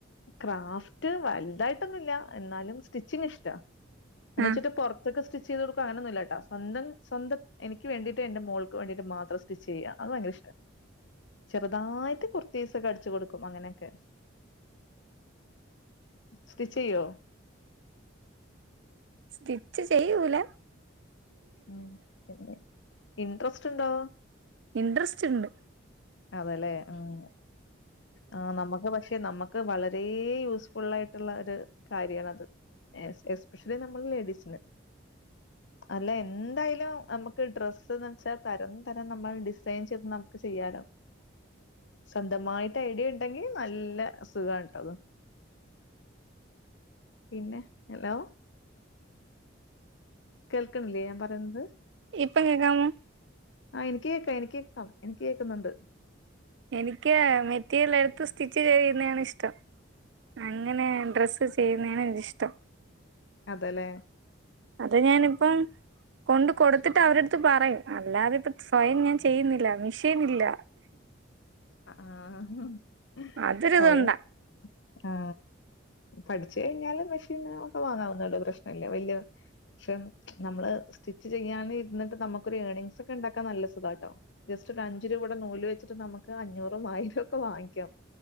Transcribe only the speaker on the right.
ആ
സ്റ്റിച്ച് ചെയ്യൂല്ല
ഇൻട്രസ്റ്റ് ഇണ്ട്
ഇപ്പം കേക്കാമോ
എനിക്ക് മെറ്റീരിയൽ എടുത്ത് സ്റ്റിച്ച് ചെയ്യുന്നേണ് ഇഷ്ടം അങ്ങനെ ഡ്രസ്സ് ചെയ് അങ്ങനെയാണ് എനിക്ക് ഇഷ്ടം
അത് ഞാനിപ്പം കൊണ്ട് കൊടുത്തിട്ട് അവരടടുത്ത് പറയും അല്ലാതെ ഇപ്പൊ സ്വയം ഞാൻ ചെയ്യുന്നില്ല മിഷേനില്ല
അതൊരിതുണ്ടാ